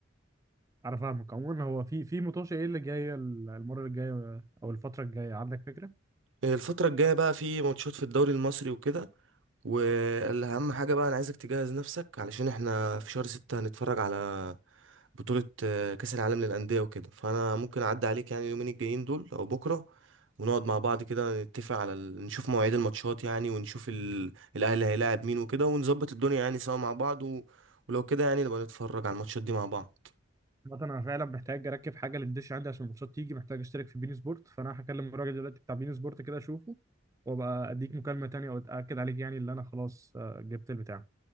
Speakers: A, on the right (about 15°); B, on the right (about 75°).
A: انا فاهمك عموما هو في في مطوشه ايه اللي جايه المرة الجاية او الفترة الجاية عندك فكرة؟
B: الفترة الجاية بقى في ماتشات في الدوري المصري وكده واهم حاجة بقى انا عايزك تجهز نفسك علشان احنا في شهر ستة هنتفرج على بطولة آه، كأس العالم للأندية وكده فانا ممكن اعدي عليك يعني اليومين الجايين دول او بكرة ونقعد مع بعض كده نتفق على ال... نشوف مواعيد الماتشات يعني ونشوف ال... الاهلي هيلاعب مين وكده ونظبط الدنيا يعني سوا مع بعض و... ولو كده يعني نبقى نتفرج على الماتشات دي مع بعض
A: مثلا انا فعلا محتاج اركب حاجه للدش عندي عشان الماتشات تيجي محتاج اشترك في بين سبورت فانا هكلم الراجل دلوقتي بتاع بين سبورت كده اشوفه وابقى اديك مكالمه تانية واتاكد عليك يعني اللي انا خلاص آه، جبت البتاع